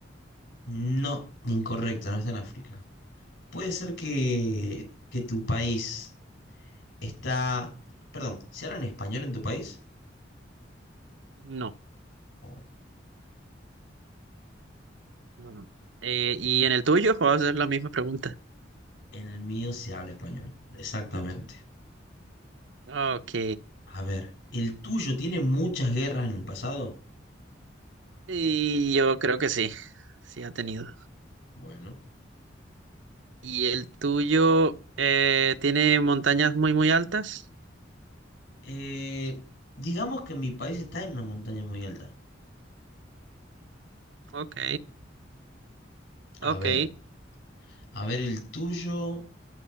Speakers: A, on the left (about 70°); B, on the right (about 75°).
A: No, incorrecto, no está en África. Puede ser que, que tu país está... Perdón, ¿se habla en español en tu país?
B: No.
A: Oh,
B: No, no. Eh, ¿y en el tuyo? Voy a hacer la misma pregunta.
A: en el mío se habla español, exactamente.
B: Ok.
A: A ver, ¿el tuyo tiene muchas guerras en el pasado?
B: Y yo creo que sí. Sí ha tenido.
A: Mm, Bueno.
B: ¿Y el tuyo eh, tiene montañas muy, muy altas?
A: Eh, digamos que mi país está en una montaña muy alta.
B: Ok. Ok.
A: A ver, a ver, el tuyo.